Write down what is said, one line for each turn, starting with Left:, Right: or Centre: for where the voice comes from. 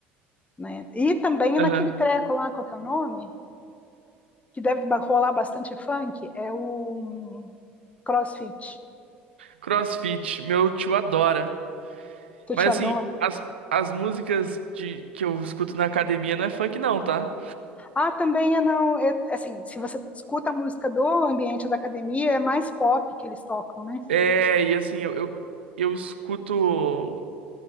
Left: né? E também
Right: Aham.
Left: naquele treco lá, qual que é o nome? Que deve ba- rolar bastante funk, é o hum, CrossFit.
Right: CrossFit, meu tio adora.
Left: Tu
Right: Mas
Left: te
Right: assim,
Left: adora.
Right: as, as músicas de, que eu escuto na academia não é funk não, tá?
Left: Ah, também é não. é- assim, se você escuta a música do ambiente da academia, é mais pop que eles tocam, né?
Right: É, e assim, eu, eu, eu escuto. eu